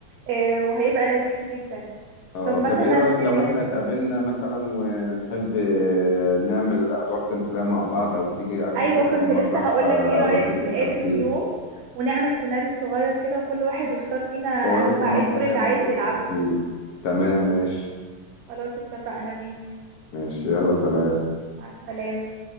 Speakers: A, on the right; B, on the left.
A: آه، وهيبقى لذيذ جدا
B: اه
A: طب مثلا
B: طب ايه رأيك
A: آه،
B: لو احنا اتقابلنا مثلا ونحب آه، نعمل ادوار تمثيلية مع بعض او تيجي اخدك
A: ايوه
B: ونروح
A: كنت
B: المسرح
A: لسه هقولك
B: آه،
A: ايه رايك
B: اوريك
A: نتقابل
B: التمثيل
A: في يوم ونعمل سيناريو صغير كده وكل واحد يختار فينا
B: اوريك
A: هو
B: المسرحية
A: ايه الدور اللي
B: برضو
A: عايز يلعبه
B: والتمثيل تمام ماشي
A: خلاص اتفقنا ماشي
B: ماشي يلا سلام
A: مع السلامه